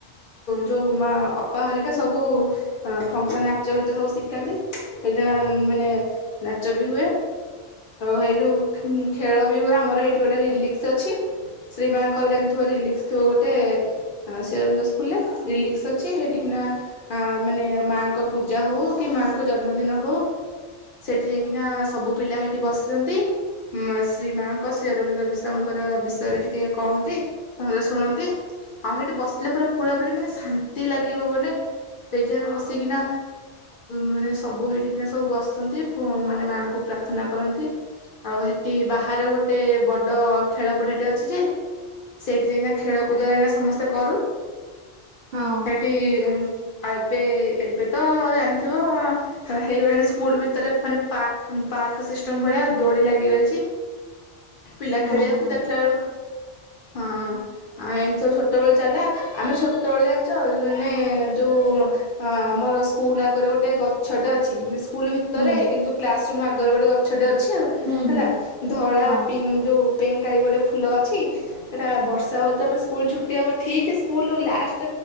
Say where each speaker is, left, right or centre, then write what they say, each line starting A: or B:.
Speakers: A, on the left; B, on the right.
A: ଯେଉଁ ମା ଅପା ହରିକା ସବୁ ଫଙ୍କସନ୍ ନାଚ ଗୀତ ସବୁ ଶିଖାନ୍ତି ସେଇଜଣ ମାନେ ନାଚ ବି ହୁଏ। ଆ ସେଇଠୁ ଖେଳ ବି ହୁଏ ଆମର ଏଇଠି ଗୋଟେ ରିଲିକ୍ସ ଅଛି ଶ୍ରୀ ମାଙ୍କର ଜାଣିଥିବା ରିଲିକସ ଥିବ ଗୋଟେ ଶର ସ୍କୁରେ ରିଲିକ୍ସ ଅଛି ସେଠିିକିନା ମାନେ ମାଙ୍କ ପୂଜା ହଉ କି ମାଙ୍କ ଜନ୍ମ ଦିନ ହଉ ସେଠି ଯାଇକିନା ସବୁ ପିଲା ହେଇଠି ବସିଛନ୍ତି ଶ୍ରୀ ମାଙ୍କ ଶ୍ରୀ ଅରବିନ୍ଦ ବିଷଙ୍କର ବିଷୟରେ ଟିକେ କହନ୍ତି ସମସ୍ତେ ଶୁଣନ୍ତି ଆଉ ସେଇଠି ବସିଲେ ପୁରା ପୁରାପୁୀ ମାନେ ଶାନ୍ତି ଲାଗିବ ମାନେ ସେଇଠି ଆମେ ବସିକିନା ମାନେ ସବୁ ହେଇଠିକିନା ସବୁ ବସିନ୍ତି ମାନେ ମାଆଙ୍କୁ ପ୍ରାର୍ଥନା କରନ୍ତି ଆଉ ସେଠି ବାହାରେ ଗୋଟେ ବଡ଼ ଖେଳପଡ଼ିଆଟି ଅଛି ଯେ ସେଇଠି ଯାଇକ ଖେଳକୁଦ ଯାଇନା ସମସ୍ତେ କରୁ।
B: ହଁ
A: ସେଠି ଆଉ ଏବେ ଏବେ ତ ଜାଣିଥିବ ହେଇଗଲାଣି ସ୍କୁଲ ଭିତରେ ମାନେ ପାର୍କ ପାର୍କ ସିଷ୍ଟମ୍ ଭଳିଆ ଦୋଡ଼ି ଲାଗିଗାଇଛି। ପିଲା
B: ହଁ
A: ଖେଳଆକୁ
B: ହଁ
A: ଦେଖଲା ବଳୁ ହଁ ଆଉ ଏମିତି ସବୁ ଛୋଟବେେଳ ଚାଲିଲ ଆମେ ଛୋଟବେେଳ ଜାଣିଛ ମାନେ ଯୋଉ ଆମର ସ୍କୁଲ ଆଗରେ ଗୋଟେ ଗଛଟେ ଅଛି। ସ୍କୁଲ ଭିତରେ
B: ହୁଁ
A: କିନ୍ତୁ କ୍ଲାସ୍ ତୁ ଆଗରେ ଗୋ ଗଛଟେ ଆଛା
B: ହୁଁ
A: ହେଲା
B: ହୁଁ
A: ଧଳା
B: ହଁ
A: ପିଙ୍କ୍ ଯୋଉ ପେଁ କାଳି ଗୋଟେ ଫୁଲ ଅଛି, ସେଇଟା ବର୍ଷା ହେଉଥିବ ଆମେ ସ୍କୁଲ ଛୁଟି ହେବ ଠିକ୍ ସ୍କୁଲ୍ ଲାଷ୍ଟ,